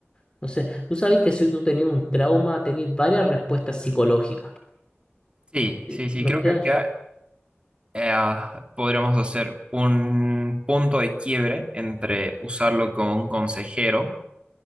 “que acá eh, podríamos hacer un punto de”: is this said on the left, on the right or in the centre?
Right